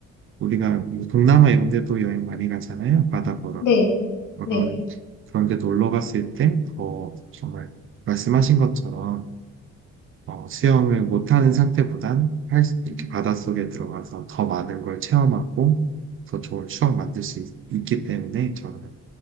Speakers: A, on the right; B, on the left.
A: 우리가 뭐 동남아 이런 데도 여행 많이 가잖아요. 바다 보러.
B: 네.
A: 그런,
B: 네.
A: 그런 데 놀러 갔을 때 더 정말 말씀하신 것처럼 어, 수영을 못하는 상태보단 할, 수- 이렇게
B: 음.
A: 바닷속에 들어가서 더 많은 걸 체험하고 더 좋은 추억 만들 수 있, 기 때문에 저는